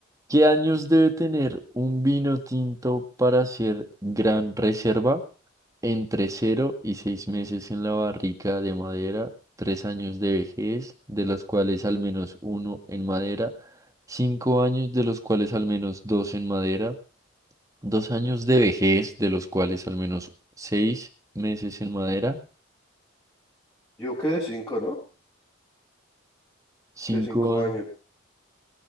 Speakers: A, on the right (about 15°); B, on the left (about 15°).
A: ¿Qué años debe tener un vino tinto para ser gran reserva? Entre cero y 6 meses en la barrica de madera, 3 años de vejez, de los cuales al menos uno en madera, 5 años de los cuales al menos dos en madera, 2 años de vejez, de los cuales al menos 6 meses en madera,
B: Yo quedé cinco, ¿no?
A: 5
B: Quedé cinco
A: años.
B: años.